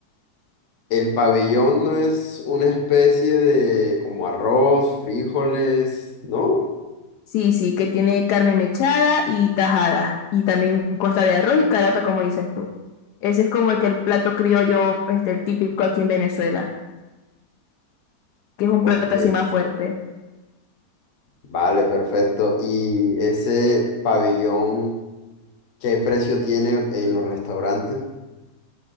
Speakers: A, on the left; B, on the left.
A: El pabellón no es una especie de como arroz, frijoles, ¿no?
B: Sí, sí, que tiene carne mechada y tajada. Y también consta de arroz y caraota, como dices tú. Ese es como el que el plato criollo, este, el típico aquí en Venezuela, que es un
A: Ok,
B: plato así más fuerte.
A: vale, perfecto. ¿Y ese pabellón, qué precio tiene en los restaurantes?